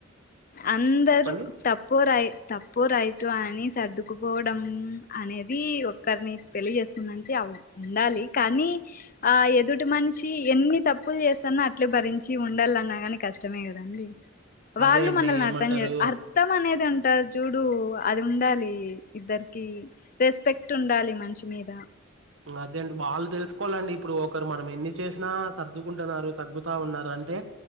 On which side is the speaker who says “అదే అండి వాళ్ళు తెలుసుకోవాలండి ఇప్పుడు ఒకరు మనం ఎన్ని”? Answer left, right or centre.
Right